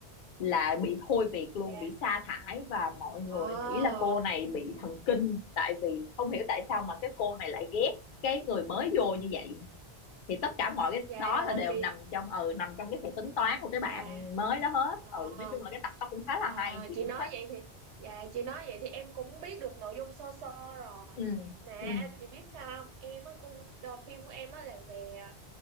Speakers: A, on the left (about 55°); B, on the right (about 75°).
A: là bị thôi việc luôn
B: dạ
A: bị sa thải và mọi người
B: à
A: nghĩ là cô này bị thần kinh tại vì không hiểu tại sao mà cái cô này lại ghét cái người mới vô như vậy thì tất cả mọi cái
B: dạ
A: đó
B: rồi
A: là đều
B: chị
A: nằm trong ừ nằm trong cái sự tính toán của cái
B: dạ
A: bạn mới đó hết
B: à
A: ừ nói chung là cái tập đó cũng khá là
B: À,
A: hay chị
B: chị
A: cũng
B: nói
A: thích
B: vậy thì dạ chị nói vậy thì em cũng biết được nội dung sơ sơ rồi
A: ừ
B: mà
A: ừ
B: chị biết sao không em á gu- ờ, phim của em á là về à,